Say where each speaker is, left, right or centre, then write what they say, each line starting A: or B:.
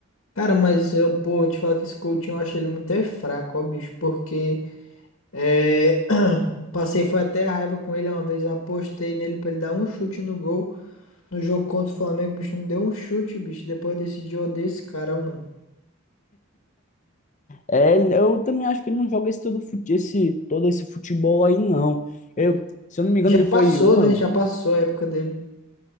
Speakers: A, on the left; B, on the left.
A: Cara, mas eu, pô, eu te falar que esse Coutinho eu achei ele muito é fraco, ó, bicho. Porque é, <clears throat> passei, foi até a raiva com ele uma vez. eu Apostei nele pra ele dar um chute no gol. No jogo contra o Flamengo, o bicho não deu um chute, bicho. Depois eu decidi odiar esse cara, mano.
B: É, eu também acho que ele não joga esse todo, fut- esse, todo esse futebol aí, não. Eu, se eu não me engano,
A: Já
B: ele
A: passou,
B: foi uma,
A: né? Já passou a época dele.